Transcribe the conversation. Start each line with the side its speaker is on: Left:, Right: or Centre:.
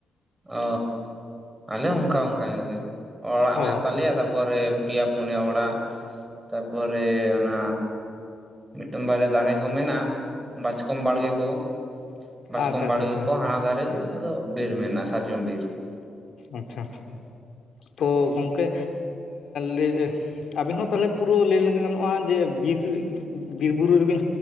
Right: ᱚ ᱟᱞᱮ ᱚᱱᱠᱟ ᱚᱱᱠᱟ ᱧᱚ ᱜᱮ ᱚᱲᱟᱜ ᱢᱮᱱᱟᱜ
Left: ᱚ
Right: ᱛᱟᱞᱮᱭᱟ ᱛᱟᱯᱚᱨᱮ ᱯᱭᱟ ᱯᱩᱱᱤᱭᱟ ᱚᱲᱟ ᱛᱟᱨᱯᱚᱨᱮ ᱚᱱᱟ ᱢᱤᱫᱴᱟᱝ ᱵᱟᱨᱭᱟ ᱫᱟᱨᱮ ᱠᱚ ᱢᱮᱱᱟᱜ-ᱟ ᱵᱟᱪᱠᱚᱢ ᱵᱟᱲᱜᱮ ᱠᱚ ᱵᱟᱪᱠᱚᱢ
Left: ᱟᱪᱪᱷᱟ
Right: ᱵᱟᱲᱜᱮ
Left: ᱟᱪᱪᱷᱟ ᱟᱪᱪᱷᱟ
Right: ᱠᱚ ᱦᱟᱱᱟ ᱫᱷᱟᱨᱮᱜ ᱜᱮ ᱟᱫᱚ ᱵᱤᱨ ᱢᱮᱱᱟ ᱥᱟᱨᱡᱚᱢ ᱵᱤᱨ
Left: ᱟᱪᱪᱷᱟ ᱛᱚ ᱜᱚᱝᱠᱮ ᱞᱟᱹᱭ ᱟᱹᱵᱤᱱ ᱦᱚᱸ ᱛᱟᱦᱚᱞᱮ ᱯᱩᱨᱟᱹ ᱞᱟᱹᱭ ᱞᱮᱜᱟ ᱜᱟᱱᱚᱜ-ᱟ ᱡᱮ ᱵᱤᱨ ᱵᱤᱨᱵᱩᱨᱩ ᱨᱮᱵᱤᱱ